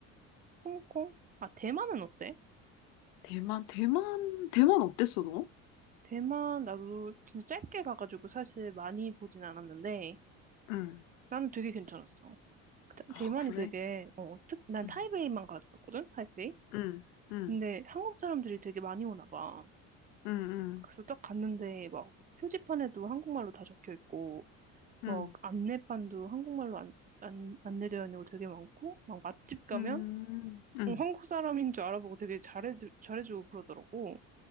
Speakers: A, on the right; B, on the left.
A: 홍콩? 아, 대만은 어때?
B: 대만, 대만, 대만 어땠어, 너?
A: 대만 나도 진짜 짧게 가가지고 사실 많이 보진 않았는데
B: 응.
A: 나는 되게 괜찮았어. 그 대-
B: 아,
A: 대만이
B: 그래?
A: 되게, 어, 특, 난
B: 응.
A: 타이베이만 갔었거든? 타이베이?
B: 응, 응,
A: 근데 한국 사람들이 되게 많이 오나 봐.
B: 응, 응,
A: 그래서 딱 갔는데 막 표지판에도 한국말로 다 적혀 있고 막
B: 응,
A: 안내판도 한국말로 안, 안, 안내되어 있는 거 되게 많고 막 맛집 가면
B: 응, 응.
A: 어, 한국 사람인 줄 알아보고 되게 잘해 잘해주고 그러더라고.